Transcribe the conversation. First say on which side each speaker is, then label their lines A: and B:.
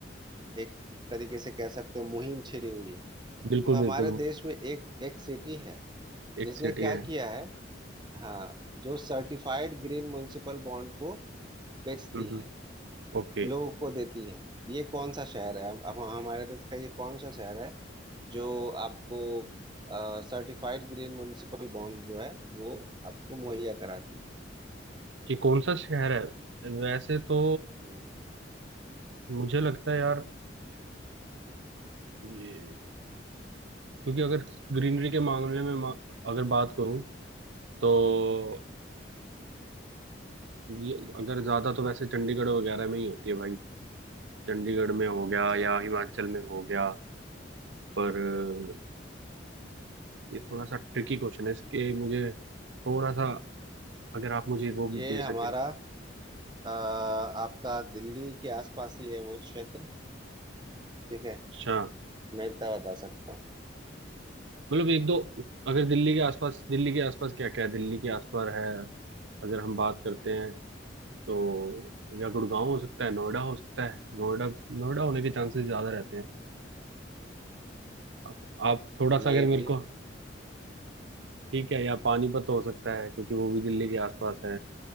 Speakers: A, on the right; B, on the right.
A: एक तरीके से कह सकते हो मुहिम छिड़ी हुई है
B: बिल्कुल
A: तो हमारे
B: बिल्कुल
A: देश में एक एक सिटी है
B: एक
A: जिसने
B: सिटी
A: क्या
B: है
A: किया है हाँ जो सर्टिफाइड ग्रीन म्युनिसिपल बॉन्ड को बेचती
B: हम्म हम्म,
A: है
B: ओके
A: लोगों को देती है ये कौन सा शहर है अब हम- हमारे देश का ये कौन सा शहर है जो आपको सर्टिफाइड ग्रीन म्युनिसिपल बॉन्ड जो है वो आपको मुहैया कराती है
B: कि कौन सा शहर है वैसे तो
A: हम्म,
B: मुझे लगता है यार ये क्योंकि अगर ग्रीनरी के मामले में मा, अगर बात करूं तो ये अगर ज्यादा तो वैसे चंडीगढ़ वगैरह में ही होती है भाई चंडीगढ़ में हो गया या
A: अच्छा
B: हिमाचल में हो गया पर अ, ये थोड़ा सा ट्रिकी क्वेश्चन है इसके मुझे थोड़ा सा अगर आप मुझे वो
A: ये
B: भी दे सकें
A: हमारा अ, आपका दिल्ली के आसपास ही है वो क्षेत्र ठीक है
B: अच्छा
A: मैं इतना बता सकता हूँ
B: मतलब एक दो अगर दिल्ली के आसपास दिल्ली के आसपास क्या क्या है दिल्ली के आसपास है अगर हम बात करते हैं तो या गुड़गांव हो सकता है नोएडा हो सकता है नोएडा नोएडा होने के चांसेस ज्यादा रहते हैं आप आप थोड़ा सा
A: नहीं
B: अगर मेरे
A: जी
B: को ठीक है या पानीपत हो सकता है क्योंकि वो भी दिल्ली के आसपास है